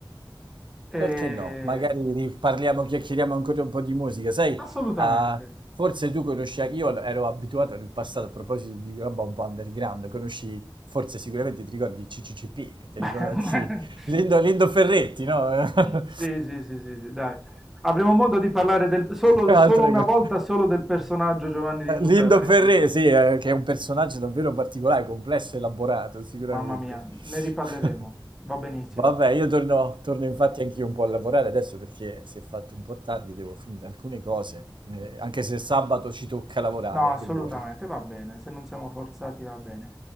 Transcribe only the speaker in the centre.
E...
Assolutamente.
<laughs>
Sì, sì, sì, sì, sì, dai. Avremo modo di parlare del, solo,
solo una
volta solo del personaggio Giovanni Lindo
Ferretti.
Mamma mia, ne riparleremo.
Va benissimo.
No, assolutamente,
va bene, se non siamo forzati va bene.